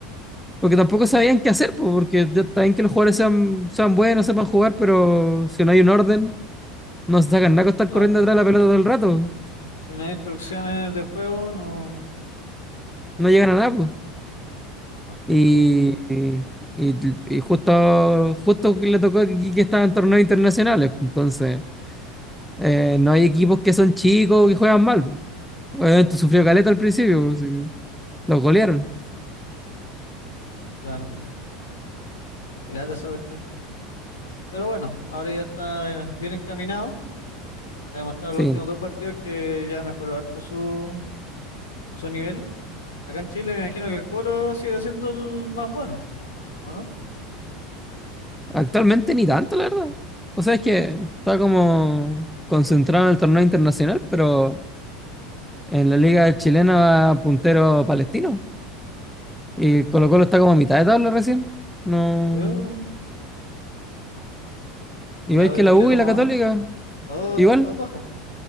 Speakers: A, in the centre; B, on the left.
A: Porque tampoco sabían qué hacer, po, porque ya está bien que los jugadores sean, sean buenos, sepan jugar, pero si no hay un orden, no se sacan nada con estar
B: Claro.
A: corriendo atrás de la pelota todo el rato.
B: Si no hay instrucciones de juego, no,
A: No llegan a nada, pues.
B: no,
A: Y, y- y justo, justo que le tocó que que estaba en torneos internacionales. pues, Entonces, eh, no hay equipos que son chicos que juegan mal. pues. Obviamente sufrió caleta al principio, pues, sí, los golearon.
B: claro, qué lata esa cuestión. Pero bueno, ahora ya está eh, bien encaminado. Ha demostrado
A: Sí,
B: los últimos dos partidos que ya mejoró harto su, su nivel. Acá en Chile me imagino que el Colo sigue siendo el más bueno, ¿o no?
A: actualmente ni tanto, la verdad. O sea, es que está como concentrado en el torneo internacional, pero en la liga chilena va puntero palestino. Y Colo Colo está como a mitad de tabla recién. No,
B: Yo-
A: igual
B: ¿Y la U de
A: que
B: Chile
A: la U
B: cómo
A: y la
B: va?
A: Católica,
B: Oh,
A: igual.
B: están todos bajos.